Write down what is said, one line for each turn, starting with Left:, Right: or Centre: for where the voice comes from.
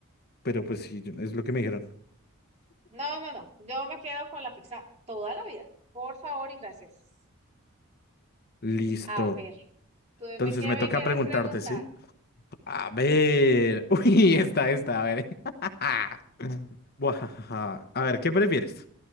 Left: pero pues sí, yo- es lo que me dijeron.
Right: No, no, no. Yo me quedo con la pizza toda la vida. Por favor y gracias.
Left: Listo.
Right: A ver, ¿tú
Left: Entonces
Right: me, qué
Left: me
Right: me
Left: toca
Right: quieres
Left: preguntarte,
Right: preguntar?
Left: ¿sí? A ver, <laughs> uy, esta, esta, a ver. <laughs> Buah, A ver, ¿qué prefieres?